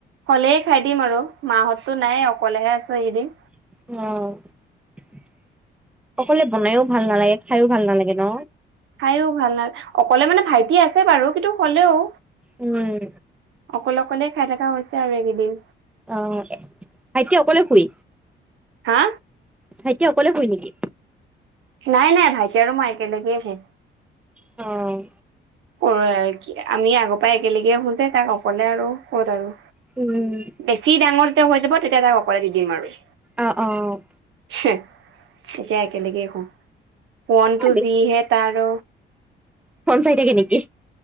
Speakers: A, on the right; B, in the centre.
A: একলেই খাই দিম আৰু মাহঁততো নাই, অকলেহে আছোঁ এইকেইদিন।
B: অ', অকলে বনায়ো ভাল নালাগে, খায়ো ভাল নালাগে ন?
A: খাইও ভাল নালা অকলে মানে ভাইটি আছে বাৰু কিন্তু হ'লেওঁ
B: উম,
A: অকলে, অকলে খাই থাকা হৈছে আৰু এইকেইদিন।
B: অ' ভাইটি অকলে শুই?
A: হা?
B: ভাইটী অকলে শুই নেকি?
A: নাই, নাই ভাইটি আৰু মই একেলেগেই শুওঁ।
B: অ',
A: <unintelligible> আমি আগৰ পাই একেলেগেই খোজে তাক অকলে আৰু ক'ত আৰু।
B: উম,
A: বেছি ডাঙৰ <unintelligible> হৈ যাব, তেতিয়া তাক অকলে দি দিম আৰু।
B: অ' অ'।
A: এতিয়া একেলেগেই সো, সোৱনটো
B: বেছি
A: যিহে তাৰ
B: ফোন চাই থাকে নেকি